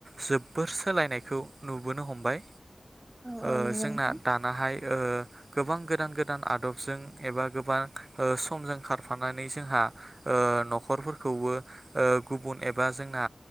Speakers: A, on the right; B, on the right.
A: जोबोर सोलायनायखौ नुबोनो हमबाय।
B: औ औ
A: ओ
B: नंगौ
A: जोंना
B: नोंथां
A: दानाहाय ओ गोबां गोदान गोदान आदबजों एबा गोबां ओ समजों खारफानानै जोंहा ओ न'खरफोरखौबो ओ गुबुन एबा जोंना